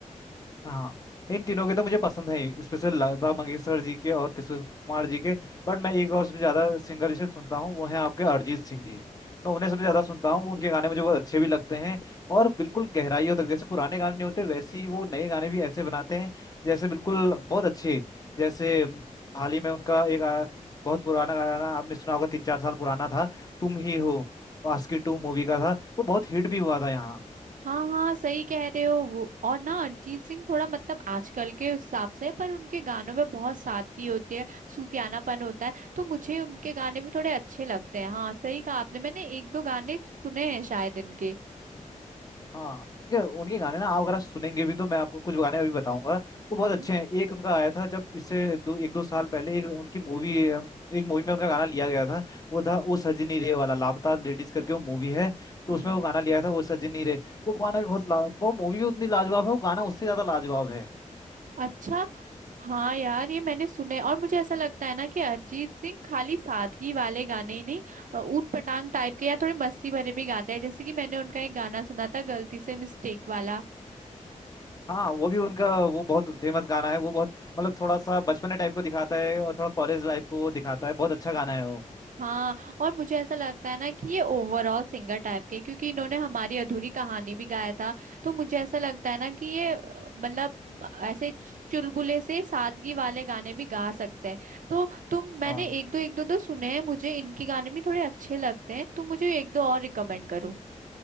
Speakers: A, on the left (about 30°); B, on the right (about 80°).
A: हाँ इन तीनों के तो मुझे पसंद है स्पेशल लता मंगेशकर जी के और किशोर कुमार जी के बट मैं एक और सबसे ज्यादा सिंगर जिसे सुनता हूँ वो है आपके अरिजीत सिंह जी मैं उन्हें सबसे ज्यादा सुनता हूँ उनके गाने मुझे बहुत अच्छे भी लगते हैं और बिल्कुल गहराइयों तक जैसे पुराने गाने नहीं होते वैसे ही वो नए गाने भी ऐसे बनाते हैं जैसे बिल्कुल बहुत अच्छे जैसे अम, हाल ही में उनका एक आ, बहुत पुराना गाना आपने सुना होगा तीन चार साल पुराना था तुम ही हो आस्की टू मूवी का था वो बहुत हिट भी हुआ था यहाँ
B: हाँ हाँ सही कह रहे हो वो और ना अरिजीत सिंह थोड़ा मतलब आजकल के हिसाब से पर उनके गानों में बहुत सादगी होती है सूफियानापन होता है तो मुझे उनके गाने भी थोड़े अच्छे लगते हैं हाँ सही कहा आपने मैंने एक दो गाने सुने हैं शायद इनके
A: हाँ ये उनके गाने ना आप अगर आप सुनेंगे भी तो मैं आपको कुछ गाने अभी बताऊंगा वो
B: हम्म
A: बहुत अच्छे हैं एक उनका आया था जब इससे दो एक दो साल पहले एक उनकी मूवी एक मूवी में उनका गाना लिया गया था वो था वो सजनी रे वाला लापता लेडीज करके वो मूवी है तो
B: हम्म
A: उसमें वो गाना लिया था वो सजनी रे वो गाना भी बहुत ला- वो मूवी भी उतनी लाजवाब है वो गाना उससे ज्यादा लाजवाब है
B: अच्छा हाँ यार ये मैंने सुने और मुझे ऐसा लगता है ना कि अरिजीत सिंह खाली सादगी वाले गाने ही नहीं अ, ऊट पटांग टाइप के या थोड़े मस्ती भरे भी गाते हैं जैसे कि मैंने उनका एक गाना सुना था गलती से मिस्टेक वाला
A: हाँ वो भी उनका वो बहुत फेमस गाना है वो बहुत मतलब थोड़ा सा बचपने टाइप को दिखाता है और थोड़ा कॉलेज लाइफ को वो दिखाता है बहुत अच्छा गाना है वो
B: हाँ और मुझे ऐसा लगता है ना कि ये ओवरऑल सिंगर टाइप के क्योंकि इन्होंने हमारी अधूरी कहानी भी गाया था तो मुझे ऐसा लगता है ना कि ये अ, मतलब ऐसे चुलबुले से सादगी वाले गाने भी गा सकते हैं तो तुम मैंने
A: हाँ
B: एक दो एक दो दो सुने हैं मुझे इनके गाने भी थोड़े अच्छे लगते हैं तुम मुझे एक दो और रिकमेंड करो